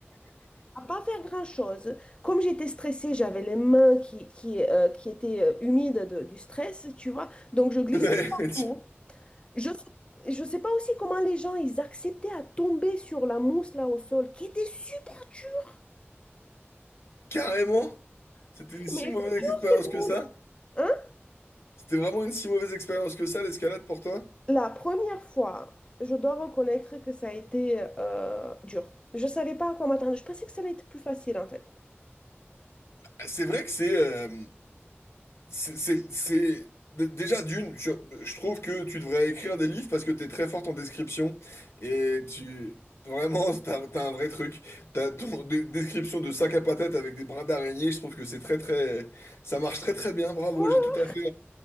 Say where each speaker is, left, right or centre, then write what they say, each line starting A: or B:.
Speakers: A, on the left; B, on the left.
A: À pas faire grand-chose. Comme j'étais stressée, j'avais les mains qui, qui, euh, qui étaient euh, humides de- du stress, tu vois. Donc, je glissais
B: Ouais,
A: partout.
B: tu-
A: Je je sais pas aussi comment les gens, ils acceptaient à tomber sur la mousse là au sol, qui était super dure.
B: Carrément? C'était une si
A: Mais
B: mauvaise
A: elle était dure,
B: expérience
A: cette
B: que
A: mousse.
B: ça?
A: Hein?
B: C'était vraiment une si mauvaise expérience que ça, l'escalade, pour toi?
A: La première fois, je dois reconnaître que ça a été euh, dur. Je savais pas à quoi m'attendre. Je pensais que ça allait être plus facile, en fait.
B: Ah, C'est vrai que c'est... euh, C'est, c'est, c'est- Dé- Déjà, d'une, je, je trouve que tu devrais écrire des livres parce que t'es très forte en description et tu... Vraiment, <laughs> t'as, t'as un vrai truc. T'as ton de- description de sac à patates avec des brins d'araignée, je trouve que c'est très très... Ça marche très très bien, bravo,
A: Voilà,
B: j'ai tout à fait,